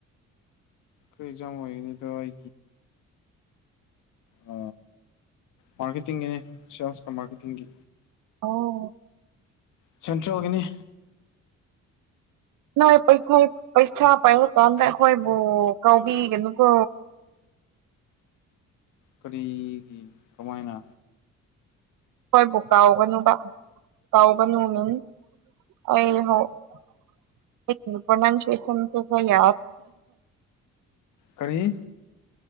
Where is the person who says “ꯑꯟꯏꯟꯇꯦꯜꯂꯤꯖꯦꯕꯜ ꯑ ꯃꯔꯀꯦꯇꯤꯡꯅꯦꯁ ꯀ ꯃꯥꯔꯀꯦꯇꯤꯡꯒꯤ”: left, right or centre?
Left